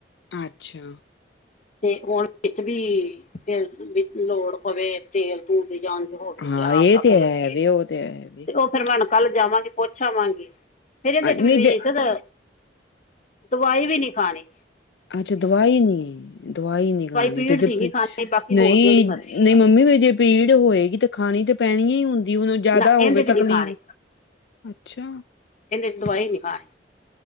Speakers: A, on the left; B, on the left.
A: ਅੱਛਾ।
B: ਤੇ ਹੁਨ ਵਿੱਚ ਵੀ ਤੇਲ ਵੀ ਲੋੜ ਪਵੇ ਤੇਲ ਤੂੰ ਦੀ ਜਾਨ ਦੀ ਹੋਗੀ
A: ਹਾਂ
B: ਤੇ ਆਸ
A: ਇਹ
B: ਊਸ
A: ਤੇ
B: ਲੱਗੀ
A: ਹੈ ਵੇ
B: ਤੇ
A: ਉਹ ਹੈ ਵੇ
B: ਓ ਫਿਰ ਮੈਂ ਹੁਨ ਕੱਲ ਜਾਵਾਂਗੀ ਪੁੱਛ ਆਵਾਂਗੀ, ਫੇਰ ਕੈਂਦੇ
A: ਅ,
B: <unintelligible>
A: ਨਹੀਂ ਜੇ
B: ਦਵਾਈ ਵੀ ਨੀ ਖਾਨੀ।
A: ਅੱਛਾ ਦਵਾਈ ਨੀ ਏ। ਦਵਾਈ ਨੀ ਖਾਨੀ
B: ਪੀੜ
A: ਵਿਦ
B: ਦੀ ਨਹੀਂ ਖਾਣੀ ਬਾਕੀ ਹੋਰ
A: ਨਈਂ-ਨਈਂ
B: ਜਿਹੜੀ ਮਰਜ਼ੀ
A: ਮੰਮੀ ਵੀ ਜੇ ਪੀੜ ਹੋਏਗੀ ਤੇ ਖਾਨੀ ਤੇ ਪੈਨੀ ਹੁੰਦੀ ਓਨੂੰ ਜਾਦਾ
B: ਨਾ
A: ਹੋਵੇ
B: ਇਹਦੇ ਚ ਨਹੀਂ
A: ਤਕਲੀਫ਼
B: ਖਾਣੀ
A: ਅੱਛਾ।
B: ਏਨੇ ਦਵਾਈ ਨੀ ਖਾਨੀ,